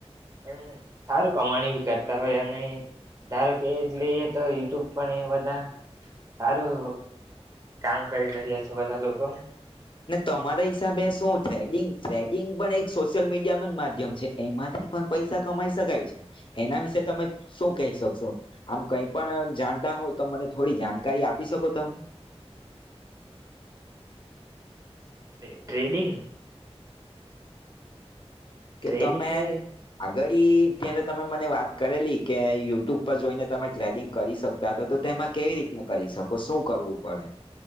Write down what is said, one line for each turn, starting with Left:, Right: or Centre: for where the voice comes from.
Right: એમ સારું કમાણી બી કરતા હોય અને ધારો કે એ જ લઈએ તો યુટ્યુબ પણ એ બધા સારું કામ કરી રહ્યા છે બધા લોકો.
Left: તમારા હિસાબે શું થ્રેડિંગ થ્રેડિંગ પણ એક સોશિયલ મીડિયા ન માધ્યમ છે એમાંથી પણ પૈસા કમાઈ શકાય છે, એના વિશે તમે શું કહી શકશો આમ કઈ પણ જાણતા હોવ તો મને થોડી જાણકારી આપી શકો તમે.
Right: ટ્રેડિંગ. ટ્રેડિંગ
Left: કે તમે
Right: એ
Left: આગળ. ત્યારે તમે મને વાત કરેલી કે યુટ્યુબ પર જોઈને તમે ટ્રેડિંગ કરી શક પ તો તો તેમાં
Right: હા
Left: કેવી રીતના કરી શકો. તો શું કરવું પડે?